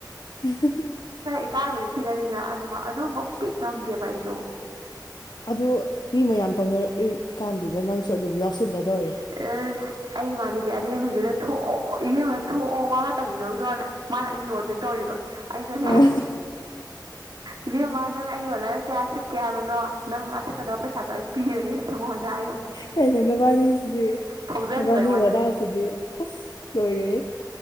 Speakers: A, on the left (about 65°); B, on the right (about 65°).
A: ꯑꯗꯨꯒ
B: ꯏꯀꯥꯏꯕꯗꯤ ꯊꯤꯒꯠꯜꯂꯤꯅ ꯑꯗꯨ ꯑꯗꯨꯃꯛꯇꯤ ꯉꯝꯗꯦꯕ ꯑꯩꯗꯣ
A: ꯑ ꯃꯤ ꯃꯌꯥꯝ ꯇꯧꯅꯔꯛꯏꯀꯥꯟꯗꯨꯗ ꯅꯪꯁꯨ ꯑꯗꯨꯝ ꯌꯥꯎꯁꯜꯂꯔꯣꯏꯔꯦ
B: ꯑꯁ ꯑꯩ ꯏꯃꯥꯟꯅꯕꯤ ꯑꯂꯦꯝꯕꯤꯗꯨꯅ ꯊꯣꯛꯑꯣ ꯏꯕꯦꯝꯕ ꯊꯣꯛꯑꯣ ꯃꯥꯒ ꯇꯪꯃꯤꯅꯧꯖꯅ ꯃꯥꯅ ꯑꯩ ꯌꯣꯟꯗꯣꯏ ꯇꯧꯔꯤꯕ ꯑꯩꯅ
A: ꯑꯥ
B: ꯏꯕꯦꯝꯃ ꯅꯪ ꯑꯩ ꯌꯣꯜꯂꯒ ꯀꯌꯥ ꯁꯤꯠꯀꯦ ꯍꯥꯏꯕꯅꯣ ꯅꯪ ꯑꯁꯤ ꯆꯠꯀꯗꯧꯕ ꯄꯩꯁꯥꯗꯣ ꯑꯩ ꯄꯤꯔꯒꯦ ꯁꯤ ꯃꯉꯣꯟꯗ ꯍꯥꯏꯔꯤ
A: ꯀꯩꯅ ꯅꯅ ꯃꯥꯅꯤꯁꯤꯗ
B: ꯊꯧꯖꯜꯂꯤꯕ
A: ꯅꯨꯕꯥꯅꯤ
B: ꯑꯩꯉꯣꯟꯗ
A: ꯋꯥꯗꯥꯁꯤꯗꯤ ꯑꯁ ꯂꯣꯏꯔꯦ